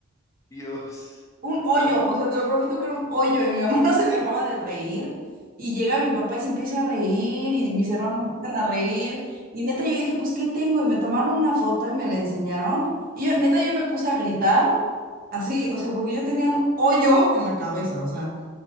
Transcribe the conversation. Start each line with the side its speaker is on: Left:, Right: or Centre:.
Left: Dios.
Right: un hoyo,
Left: <laughs> No,
Right: o sea, te lo prometo que era un hoyo y mi mamá <laughs> no se dejaba de reír y llega mi papá y se empieza a reír y mis hermanos empiezan a reír y neta yo dije, pues, ¿qué tengo? Y me tomaron una foto y me la enseñaron y yo, neta yo me puse a gritar así, o sea, porque yo tenía un hoyo en la cabeza, o sea.